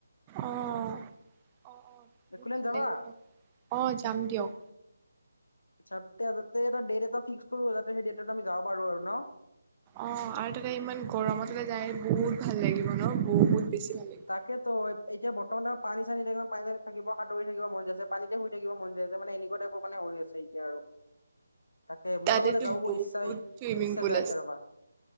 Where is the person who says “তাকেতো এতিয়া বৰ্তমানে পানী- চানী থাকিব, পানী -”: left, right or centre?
Left